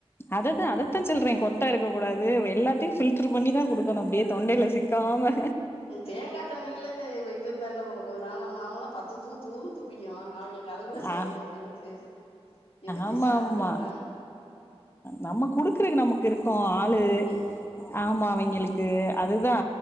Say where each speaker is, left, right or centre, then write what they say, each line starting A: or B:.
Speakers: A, on the left; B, on the left.
A: அததா அதத்தா சொல்றே கொட்டா இருக்க கூடாது அது எல்லாத்தையு பில்டர் பண்ணிதா குடுக்கணு அப்டியே தொண்டேயில சிக்காமே
B: ம் தேங்கா தண்ணில இது இருந்தா என்ன பண்ணு போது நால நாமல்லா பத்து தூ தூன்னு துப்பிக்கிவோ அவிங்களு அது கூட செய்யக்கூடாது
A: ஆ
B: எதுக்கு எதுக்கு
A: ஆமா
B: செரமப்படுவானே
A: ஆமா நம்ம குடுக்குறக்கு நமக்கு இருக்கோ ஆளு
B: ம்
A: ஆமா அவிங்களுக்கு அதுதா